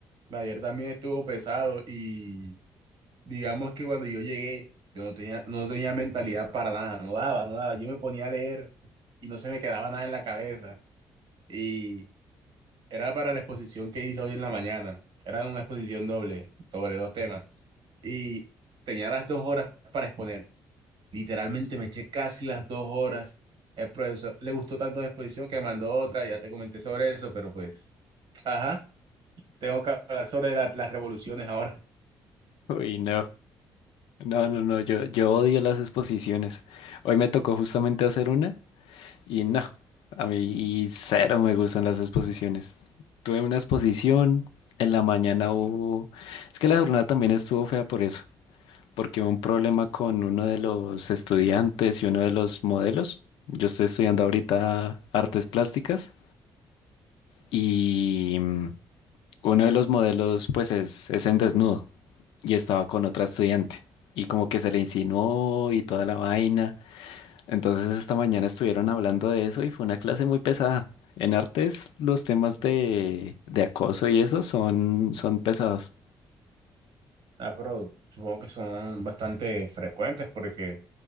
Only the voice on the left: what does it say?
<laughs> Uy, no. No, no, no, yo, yo odio las exposiciones. Hoy me tocó justamente hacer una. Y no, a mí cero me gustan las exposiciones. Tuve una exposición, en la mañana hubo... Es que la jornada también estuvo fea por eso, porque hubo un problema con uno de los estudiantes y uno de los modelos. Yo estoy estudiando ahorita artes plásticas y mm, uno de los modelos pues es, es en desnudo y estaba con otra estudiante y como que se le insinuó y toda la vaina. Entonces esta mañana estuvieron hablando de eso y fue una clase muy pesada. En artes los temas de, de acoso y eso son, son pesados.